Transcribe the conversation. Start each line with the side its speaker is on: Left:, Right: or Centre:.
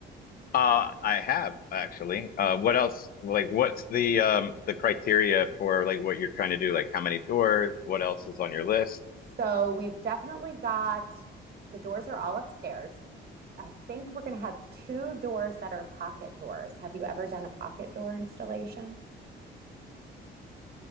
Left: Uh, I have actually. Uh, what else? Like, what's the um the criteria for like what you're trying to do? Like, how many doors? What else is on your list?
Right: So we've definitely got the doors are all upstairs. I think we're going to have two doors that are pocket doors. Have you ever done a pocket door installation?